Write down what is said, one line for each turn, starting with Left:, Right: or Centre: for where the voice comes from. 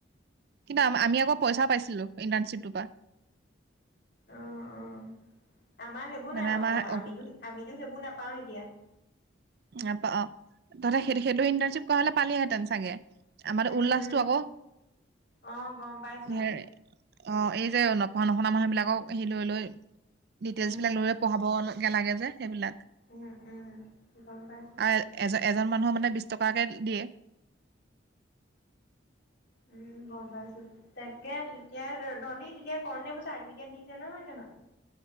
Right: কিন্তু আমা-আমি আকৌ পইচা পাইছিলোঁ ইন্টাৰ্শ্বিপটো পা
Left: অ', অ'। আমাৰ সেইবোৰ
Right: মানে
Left: নাই,
Right: আমাৰ
Left: আমাৰ-আমিতো,
Right: তহঁতে
Left: আমিতো সেইবোৰ নাপ পাওঁ এতিয়া
Right: অ', <unintelligible> ‌ সেই, সেইটো ইণ্টাৰ্নশ্বিপ কৰা হ'লে পাৰিলহেঁতেন চাগে। আমাৰ
Left: উম,
Right: উল্লাসটো
Left: উম,
Right: আকৌ
Left: অ', গম পাইছোঁ।
Right: হে অ', এই যে, নপঢ়া, নুশুনা মানুহ বিলাকক সেই লৈ, লৈ ডিটেইলছ
Left: উম
Right: বিলাক লৈ পঢ়াব লাগে যে, সেইবিলাক
Left: উম উম। গম পাই আছোঁ।
Right: আৰু এজন এজন মানুহৰ মানে বিছ টকাকে দিয়ে।
Left: উম গম পাইছোঁ। তাকে তেতিয়া ধনী তেতিয়া। <unintelligible> বোৰ চাৰ্টিফিকেট দিছে হয় নে নহয়।